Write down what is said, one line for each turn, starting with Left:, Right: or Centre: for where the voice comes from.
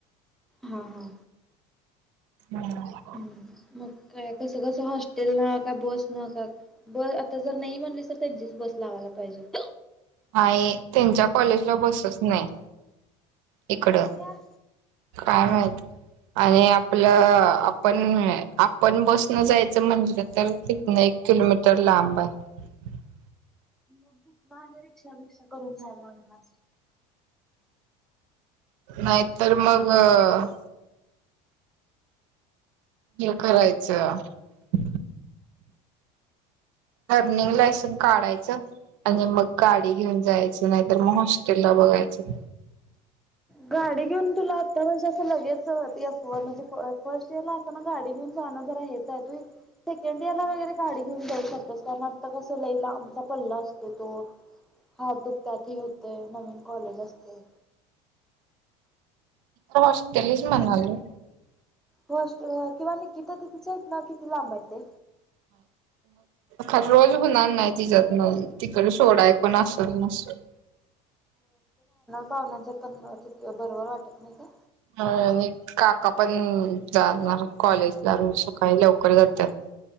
Centre: हा -हा
Right: हम् <inaudible>
Centre: हम्म मग कसं कसं हॉस्टेल ना का बस ना का बस आता जर नाही म्हणली तर त्यांचीच बस लावायला लागत्या पाहिजे <inaudible>
Right: आणि त्यांच्या कॉलेजला बसच नाही इकडं
Centre: कस काय
Right: काय माहीत आणि आपलं
Centre: अगं त्यांच
Right: आपण <inaudible> आपण बसण जायच म्हजलं तर तिन एक किलोमीटर लांब आहे <inaudible>
Centre: मग तिथ आणि रिक्षा -बिक्षा करून जायला लागणार
Right: नाही तर मग <inaudible> हे करायचं <inaudible> लर्निंग लायसनस काढायचं <inaudible> आणि मग गाडी घेऊन जायचं नाहीतर मग हॉस्टेल ला बघायचं
Centre: गाडी घेऊन तुला म्हणजे असं लगेच म्हण फर्स्ट इयर ला असताना गाडी घेऊन जाणं जरा हेच आहे त सेकंड इयर ला वगैरे गाडी घेऊन जाऊ शकतेस कारण आता कसं लईला आमचा पल्ला असतो तो हात दुखत्यात हे होतय नवीन कॉलेज असतय
Right: हॉस्टेलच म्हणालोय
Centre: होस्टेलवर किंवा निकिता दीदीच्या हितन किती लांबा ते
Right: ह <inaudible> रोज नाही तिच्यातन तिकडे सोडायकण
Centre: हो
Right: असल नसल <inaudible>
Centre: पाहुण्यांच्यात पण बरोबर वाटत नाही काय
Right: आणि काका पण जाणार कॉलेजला रोज सकाळी लवकर जातात